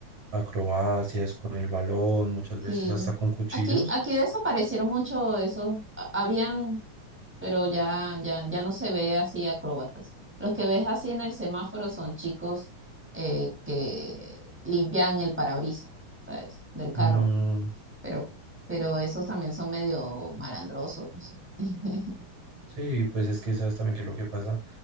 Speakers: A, on the right; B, in the centre.
A: acrobacias con el balón, muchas
B: Sí.
A: veces hasta con cuchillos.
B: Aquí, aquí desaparecieron mucho esos, a- habían, pero ya, ya, ya no se ve así acróbatas. Los que ves así en el semáforo son chicos eh, que limpian el parabrisas, ¿sabes? Del carro.
A: Mm,
B: Pero, pero esos también son medio malandrosos, no sé. <laughs>
A: sí, pues es que sabes también que lo que pasa,